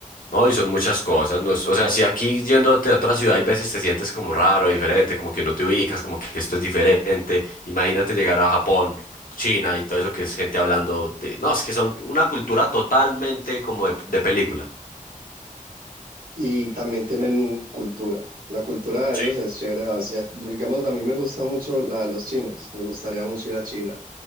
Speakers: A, on the left; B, on the right.
A: No, y son muchas cosas. no es- o sea, si aquí yéndote a otra ciudad, hay veces te sientes como raro, diferente, como que no te ubicas, como que esto es diferente. Imagínate llegar a Japón, China y todo eso que es gente hablando de... No, es que son una cultura totalmente como de, de película.
B: Y también tienen cultura. La cultura de
A: sí
B: ellos es chévere. Asia- digamos, a mí me gusta mucho la de los chinos. Me gustaría mucho ir a China.